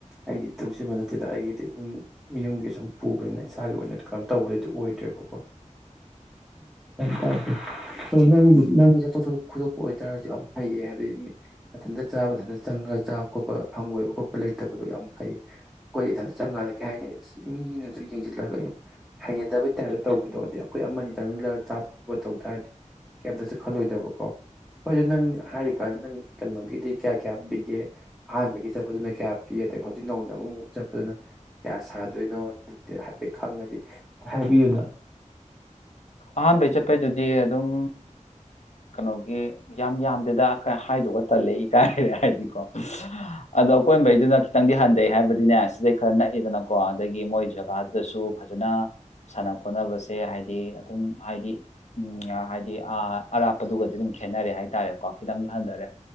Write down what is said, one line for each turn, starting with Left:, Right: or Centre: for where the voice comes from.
Centre: ꯑꯩꯗꯤ ꯇꯨꯡꯁꯤꯟꯕ ꯅꯠꯇꯦꯗ ꯑꯩꯒꯤꯗꯤ ꯌꯨꯝꯒꯤ ꯁꯨꯝ ꯄꯨꯕꯅꯤꯅ ꯏꯁꯥꯒꯤ ꯑꯣꯏꯅꯗꯤ ꯀꯩꯅꯣ ꯇꯧꯕꯗꯗꯤ ꯑꯣꯏꯗ꯭ꯔꯦꯕꯀꯣ ꯇꯥꯦ ꯅꯪꯒꯤ ꯆꯠꯊꯣꯛ ꯆꯠꯣꯛ ꯈꯣꯗꯣꯛꯄ ꯑꯣꯏꯇꯥꯔꯁꯨ ꯌꯥꯝ ꯐꯩꯌꯦ ꯍꯥꯏꯕꯗꯤ ꯃꯊꯟꯇ ꯆꯥꯕ ꯃꯊꯟꯇ ꯆꯪꯉꯒ ꯆꯥꯕ ꯈꯣꯠꯄ ꯍꯪꯒꯣꯏꯕ ꯈꯣꯠꯄ ꯂꯩꯇꯕꯗꯣ ꯌꯥꯝ ꯐꯩꯌꯦ ꯑꯩꯈꯣꯏꯗꯤ ꯏꯊꯟꯇ ꯆꯪꯉꯥꯟꯗ ꯀꯩ ꯍꯥꯏꯅꯤ ꯃꯤꯅꯁꯨ ꯌꯦꯡꯁꯤꯜꯂꯒ ꯍꯩꯅꯗꯕꯩ ꯇꯥꯏꯞꯇ ꯇꯧꯕꯗꯕꯗꯤ ꯑꯩꯈꯣꯏ ꯑꯃꯅꯤ ꯆꯪꯁꯤꯜꯂꯒ ꯆꯥꯕ ꯈꯣꯕ ꯇꯧ ꯇꯥꯔꯗꯤ ꯀꯩꯝꯇꯁꯨ ꯈꯜꯂꯣꯏꯗꯕꯀꯣ ꯍꯣꯏꯁꯨ ꯅꯪ ꯍꯥꯏꯔꯤꯀꯥꯟꯗ ꯅꯪ ꯀꯩꯅꯣꯒꯤꯗꯤ ꯀꯌꯥ ꯀꯌꯥ ꯄꯤꯒꯦ ꯑꯍꯥꯟꯕꯒꯤ ꯆꯠꯄꯗꯨꯅ ꯀꯌꯥ ꯄꯤ ꯑꯗꯒꯤ ꯍꯧꯖꯤꯛ ꯅꯧꯅ ꯑꯃꯃꯨꯛ ꯆꯠꯄꯗꯨꯅ ꯀꯌꯥ ꯁꯥ ꯑꯣꯏꯣꯏꯅꯣ ꯑꯗꯨꯗꯤ ꯍꯥꯏꯐꯦꯠ ꯈꯪꯉꯗꯤ ꯍꯥꯏꯕꯤꯌꯨꯅ
Left: ꯑꯍꯥꯟꯕꯩ ꯆꯠꯄꯩꯗꯨꯗꯤ ꯑꯗꯨꯝ ꯀꯩꯅꯣꯒꯤ ꯌꯥꯝ ꯌꯥꯝ ꯑꯗꯨꯗ ꯍꯥꯏꯗꯣꯛꯑ ꯇꯜꯂꯦ ꯏꯀꯥꯏꯔꯦ ꯍꯥꯏꯗꯤꯀꯣ <unintelligible> ꯑꯗꯣ ꯑꯀꯣꯏꯕꯩꯗꯨꯅ ꯈꯤꯇꯪꯗꯤ ꯍꯟꯊꯩ ꯍꯥꯏꯕꯗꯤꯅꯦ ꯁꯤꯗꯩ ꯈꯔ ꯅꯛꯏꯗꯅꯀꯣ ꯑꯗꯒꯤ ꯃꯣꯏ ꯖꯒꯥꯗꯁꯨ ꯐꯖꯅ ꯁꯥꯟꯅ ꯈꯣꯠꯅꯕꯁꯦ ꯍꯥꯏꯗꯤ ꯑꯗꯨꯝ ꯍꯥꯏꯗꯤ ꯍꯥꯏꯗꯤ ꯑꯔꯥꯞꯄꯗꯨꯒꯗꯤ ꯑꯗꯨꯝ ꯈꯦꯠꯅꯔꯦ ꯍꯥꯏꯇꯥꯔꯦꯀꯣ ꯈꯤꯇꯪꯗꯤ ꯍꯟꯊꯔꯦ